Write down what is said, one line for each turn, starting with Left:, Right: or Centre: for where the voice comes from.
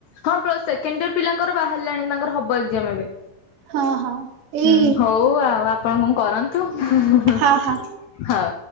Left: ହଁ ପ୍ଲସ ସେକେଣ୍ଡ ଇୟର ପିଲାଙ୍କର ବାହାରିଲାଣି ତାଙ୍କର ହବ ଏକ୍ଜାମ୍ ଏବେ
Right: ହଁ ହଁ ଏଇ
Left: ହୁଁ ହୋଉ ଆଉ ଆପଣ କଁ କରନ୍ତୁ। ହଉ।
Right: ହଁ ହଁ।